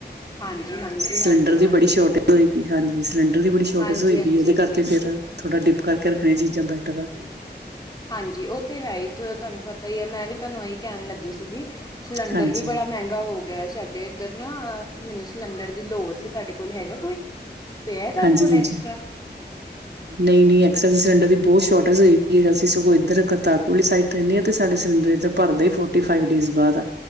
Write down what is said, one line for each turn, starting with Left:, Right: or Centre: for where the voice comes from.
Left: ਹਾਂਜੀ ਹਾਂਜੀ,
Right: ਸਿਲੰਡਰ
Left: ਹਾਂਜੀ
Right: ਦੀ
Left: ਹਾਂਜੀ।
Right: ਬੜੀ ਸ਼ੋਰਟੇਜ ਹੋਈ ਪਈ ਹਾਂਜੀ ਸਿਲੰਡਰ ਦੀ ਬੜੀ ਸ਼ੋਰਟੇਜ
Left: ਹਾਂਜੀ
Right: ਹੋਈ
Left: ਹਾਂਜੀ
Right: ਪਈ ਉਹਦੇ ਕਰਕੇ। ਤੇ ਫੇਰ ਥੋੜਾ ਡਿਪ ਕਰਕੇ ਰੱਖਣੀਆਂ ਚੀਜ਼ਾਂ ਬੈਟਰ ਆ।
Left: ਹਾਂਜੀ, ਉਹ ਤੇ ਹੈ ਹੀ ਤੁਹਾਨੂੰ ਪਤਾ ਹੀ ਹੈ ਮੈਂ ਵੀ ਤੁਹਾਨੂੰ ਇਹੀ ਕਹਿਣ ਲੱਗੀ ਸੀਗੀ। ਸਿਲੰਡਰ
Right: ਹਾਂਜੀ
Left: ਵੀ ਬੜਾ ਮਹਿੰਗਾ ਗਾ ਹੋ ਗਿਆ ਸਾਡੇ ਇੱਧਰ ਨਾ ਮੈਨੂੰ ਸਿਲੰਡਰ ਦੀ ਲੋੜ ਸੀ ਤੁਹਾਡੇ ਕੋਲ ਹੈਗਾ ਕੋਈ। ਪ ਤੁਹਾਡੇ
Right: ਹਾਂਜੀ
Left: ਕੋਲ
Right: ਹਾਂਜੀ
Left: ਐਕਸਟਰਾ।
Right: ਨਹੀਂ ਨਹੀਂ ਐਕਸਟਰਾ ਸਿਲੰਡਰ ਦੀ ਬਹੁਤ ਸ਼ੋਰਟੇਜ ਹੋਏ ਵੀ ਹੈਗਾ ਸੀ। ਸੀ ਸਗੋਂ ਇੱਧਰ ਕਰਤਾਰਪੁਰ ਵਾਲੀ ਸਾਈਡ ਰਹਿੰਨੀ ਆ ਤੇ ਸਾਡੇ ਸਿਲੰਡਰ ਇੱਧਰ ਭਰਦਾ ਹੀ ਫੋਰਟੀ ਫਾਈਵ ਡੇਜ਼ ਬਾਅਦ ਆ।